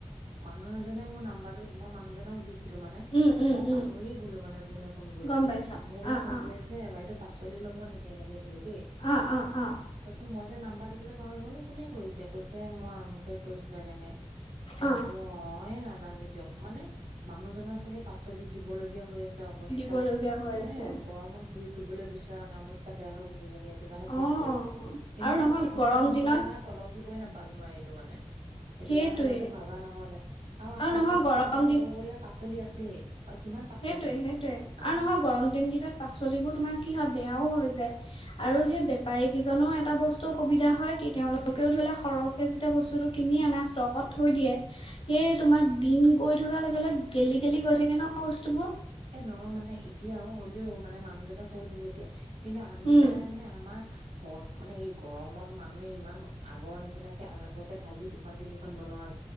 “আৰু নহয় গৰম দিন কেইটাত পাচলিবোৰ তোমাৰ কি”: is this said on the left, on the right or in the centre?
Left